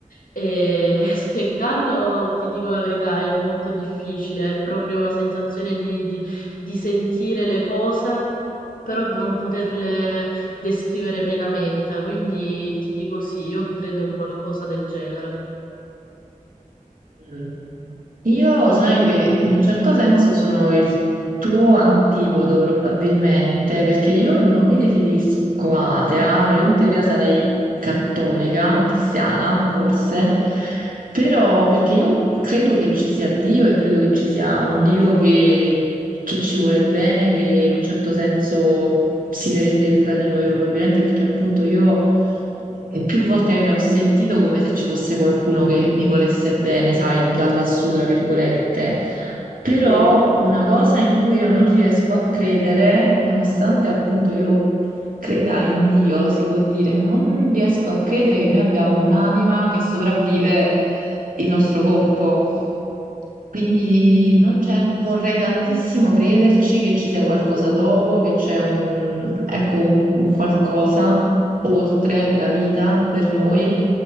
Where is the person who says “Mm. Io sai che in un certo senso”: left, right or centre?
Right